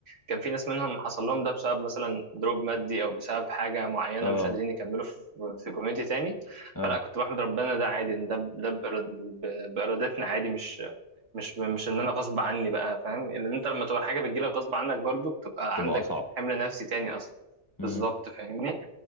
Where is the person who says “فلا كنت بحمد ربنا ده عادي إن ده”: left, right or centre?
Right